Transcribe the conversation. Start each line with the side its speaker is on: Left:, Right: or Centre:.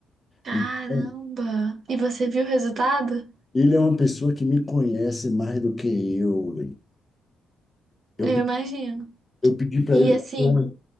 Right: Caramba!
Left: Então,
Right: E você viu o resultado?
Left: ele é uma pessoa que me conhece mais do que eu. Eu,
Right: Eu
Left: pe-
Right: imagino.
Left: eu pedi para
Right: E
Left: ele
Right: assim,
Left: fazer uma